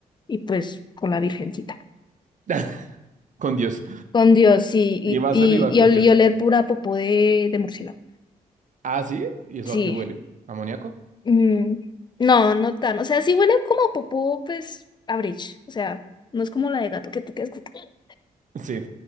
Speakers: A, on the left; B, on the right.
A: y pues con la Virgencita.
B: <laughs> con Dios.
A: Con Dios, sí, y,
B: Iba
A: y,
B: solo, iba con
A: y ol-
B: Dios.
A: y oler pura popó de, de murciélago.
B: Ah, sí, ¿y eso
A: Sí.
B: a qué huele? ¿Amoníaco?
A: Mm, no, no tan. O sea, sí huele como a popó, pues, a bridge. O sea, no es como la de gato que te quedas. como-
B: Sí,